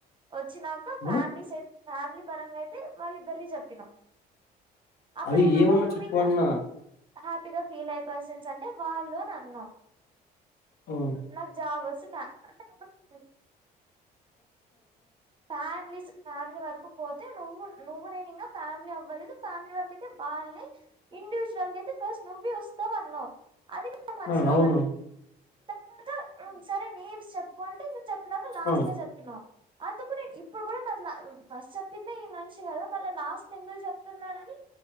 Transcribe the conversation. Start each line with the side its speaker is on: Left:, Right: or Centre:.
Right: వచ్చినాక ఫ్యామిలీ
Left: ఆ!
Right: సై ఫ్యామిలీ పరంగా అయితే వాళ్ళ ఇద్దరివి చెప్పినాం అప్పుడేమన్నవ్
Left: అదే ఏమన్నా
Right: నువ్
Left: చెప్పు
Right: ఇంగా
Left: అన్నా
Right: హ్యాపీగా ఫీల్ అయిత అంటే వాళ్ళు నన్నావ్
Left: హ్మ్.
Right: నాకు జాబ్ అంట అడునా ఫ్యామిలీస్ ఫ్యామిలీ వరకు పోతే నువ్వు నువ్వు నేను ఇంకా ఫ్యామిలీ అవ్వలేదు ఫ్యామిలీ వరకు అయితే వాళ్ళని ఇండివిజువల్ అయితే ఫస్ట్ నువ్వి వస్తావు అది నా మనసులో
Left: ఆ అవును
Right: పడింది తర్వాత ఒకసారి నేమ్ చెప్పుకోంటే నను చెప్పినాక లాస్ట్
Left: ఆ!
Right: లో చెప్పినావు అందుకు నేను ఇప్పుడు కూడా నాదిలా ఫస్ట్ చెప్పిందిే ఈ మనిషి కదా మళ్ లాస్ట్ మెమరీ చెప్తున్నాడని